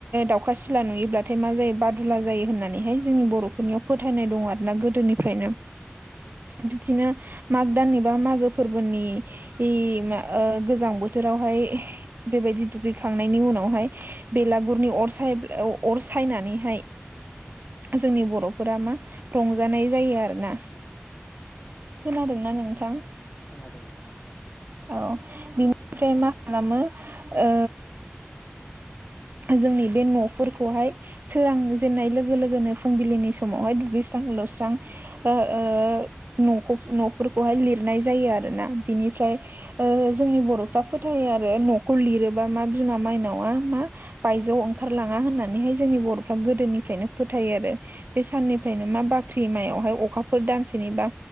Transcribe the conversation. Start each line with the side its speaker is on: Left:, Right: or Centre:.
Right: दाउखा सिला नुयोब्लाथाय मा जायो बादुला जायो होननानैहाय जोंनि बर'फोरनियाव फो थायनाय दं आरोना गोदोनिफ्रायनो। बिदिनो माग दाननि बा मागो फोरबोनि इ मा ओ गोजां बोथोरावहाय बेबायदि दुगैखांनायनि उनावहाय बेलागुरनि अर सायब अर सायनानैहाय जोंनि फोरा मा रंजानाय जायो आरो ना। खोनादोंना नोंथां
Left: खोनादों नोंथां
Right: औ
Left: खोनादों
Right: बिनिफ्राय मा खालामो ओ जोंनि बे न'फोरखौहाय सोरां जेननाय लोगो लोगोनो फुंबिलिनि समावहाय दुगैस्रां लाबस्रां ओ ओ नखोब न'फोरखौहाय लिरनाय जायो आरोोना बिनिफ्राय ओ जोंनि बर'फ्रा फोथायो आरो न'खौ लिरोबा मा बिमा मायनावा मा बायजोआव ओंखारलाङा होननानैहाय जोंनि बर'फ्रा गोदोनिफ्रायनो फोथायो आरो। बे साननिफ्रायनो मा बाख्रि मायावहाय अखाफोर दानसेनि बा